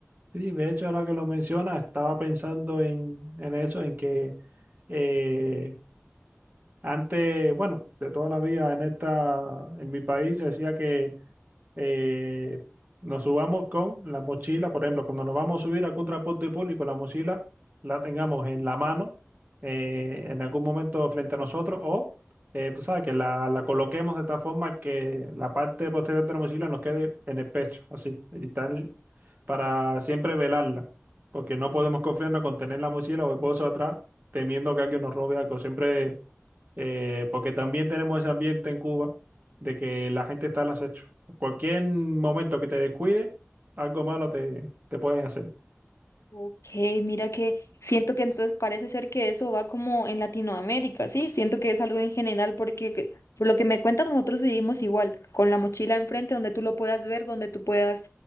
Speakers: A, on the right; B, on the left.
A: Sí, de hecho, ahora que lo menciona, estaba pensando en, en eso, en que eh, Antes, bueno, de toda la vida en esta, en mi país se decía que eh, nos subamos con la mochila, por ejemplo, cuando nos vamos a subir a algún transporte público, la mochila la tengamos en la mano, eh, en algún momento frente a nosotros, o eh, tú sabes, que la, la coloquemos de tal forma que la parte posterior de la mochila nos quede en el pecho, así, y tal, para siempre velarla, porque no podemos confiarnos con tener la mochila o el bolso atrás, temiendo que alguien nos robe algo, siempre eh, porque también tenemos ese ambiente en Cuba de que la gente está al acecho. Cualquier momento que te descuide, algo malo te, te pueden hacer.
B: Ok, mira que siento que entonces parece ser que eso va como en Latinoamérica, ¿sí? Siento que es algo en general porque que- por lo que me cuentas nosotros vivimos igual, con la mochila enfrente donde tú lo puedas ver, donde tú puedas